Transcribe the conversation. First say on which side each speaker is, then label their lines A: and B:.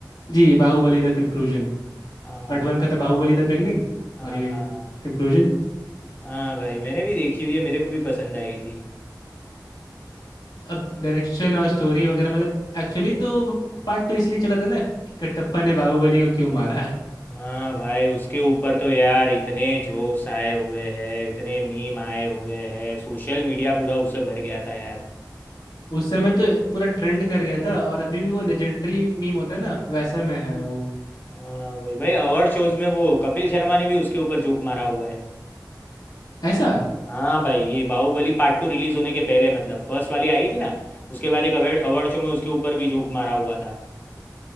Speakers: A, on the left (about 70°); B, on the left (about 25°).
A: जी Baahubali the conclusion
B: हाँ
A: Part one का था बाहुबली द बिगनिंग
B: हाँ
A: और ये
B: हाँ
A: कंक्लूजन
B: हाँ भाई मैंने भी देखी हुई है मेरे को भी पसंद आई थी
A: अब डायरेक्शन और स्टोरी वगैरह मतलब एक्चुअली तो पार्ट टू इसलिए चला था ना कि कटप्पा ने बाहुबली को क्यों मारा
B: हाँ भाई उसके ऊपर तो यार इतने जोक्स आए हुए हैं इतने मीम आए हुए हैं सोशल मीडिया पूरा उससे भर गया था यार
A: उस समय तो पूरा ट्रेंड कर गया था और अभी भी वो लेजेंडरी मीम होता है ना वैसा में है वो
B: हाँ भाई भाई अवार्ड शोज में वो कपिल शर्मा ने भी उसके ऊपर जोक मारा हुआ है
A: ऐसा
B: हाँ भाई ये बाहुबली पार्ट टू रिलीज होने के पहले मतलब फर्स्ट वाली आई थी ना उसके बाद एक अवार्ड अवार्ड शो में उसके ऊपर भी जोक मारा हुआ था